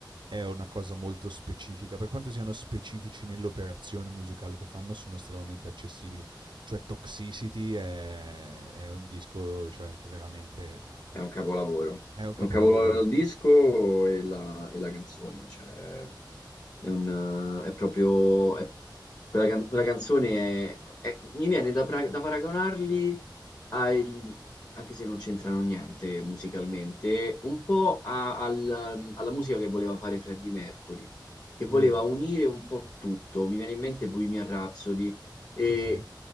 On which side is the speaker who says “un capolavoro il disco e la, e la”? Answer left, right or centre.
Left